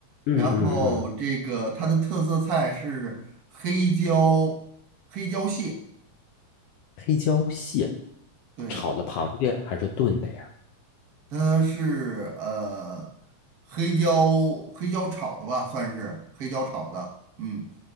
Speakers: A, on the left; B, on the right.
A: 嗯嗯嗯，
B: 然后这个它的特色菜是黑椒黑椒蟹，
A: 黑椒蟹，
B: 对。
A: 炒的螃蟹还是炖的呀？
B: 它是呃黑椒黑椒炒的吧，算是黑椒炒的。嗯，